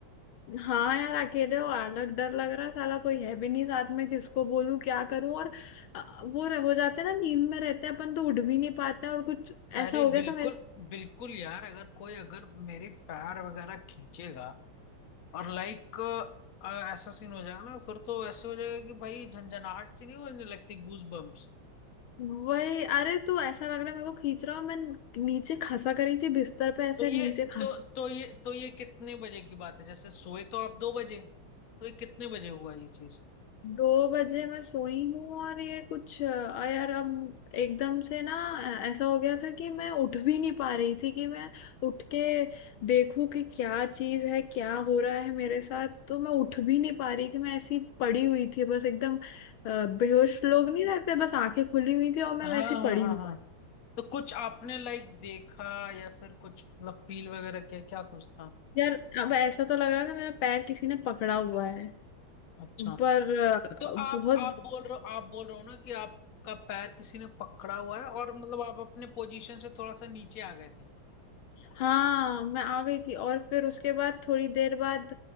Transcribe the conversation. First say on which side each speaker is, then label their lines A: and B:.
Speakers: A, on the left; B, on the left.
A: हाँ यार अकेले हो अलग डर लग रहा है साला कोई है भी नहीं साथ में किसको बोलूं क्या करूं और अ, वो रह- हो जाते हैं ना नींद में रहते हैं अपन तो उठ भी नहीं पाते हैं और कुछ
B: अरे
A: ऐसा हो गया
B: बिल्कुल
A: था मैं
B: बिल्कुल यार अगर कोई अगर मेरे पैर वगैरह खींचेगा और लाइक ऐसा सीन हो जाएगा ना फिर तो ऐसे हो जाएगा कि भाई झंझनाहट सी नहीं होने लगती गूज बम्प्स
A: वही अरे तू ऐसा लग रहा है मेरे को खींच रहा हूँ मैं नीचे खसा करी थी बिस्तर पे ऐसे
B: तो ये
A: नीचे खस
B: तो तो ये तो ये कितने बजे की बात है जैसे सोए तो आप दो बजे तो ये कितने बजे हुआ ये चीज
A: दो बजे मैं सोई हूँ और ये कुछ अ, यार अब एकदम से ना अ, ऐसा हो गया था कि मैं उठ भी नहीं पा रही थी कि मैं उठ के देखूं कि क्या चीज़ है क्या हो रहा है मेरे साथ तो मैं उठ भी नहीं पा रही थी मैं ऐसी पड़ी हुई थी बस एकदम अ, बेहोश लोग नहीं रहते बस आंखें खुली हुई थी और मैं
B: हाँ
A: वैसी
B: हाँ
A: पड़ी
B: हाँ
A: हुई
B: हाँ तो कुछ आपने लाइक देखा या फिर कुछ मतलब फील वगैरह किया क्या कुछ था
A: यार अब ऐसा तो लग रहा था मेरा पैर किसी ने पकड़ा हुआ है
B: अच्छा
A: पर
B: तो
A: अ, बहुत
B: आप आप बोल रहे हो आप बोल रहे हो ना कि आपका पैर किसी ने पकड़ा हुआ है और मतलब आप अपने पोजीशन से थोड़ा सा नीचे आ गए थे
A: हाँ मैं आ गई थी और फिर उसके बाद थोड़ी देर बाद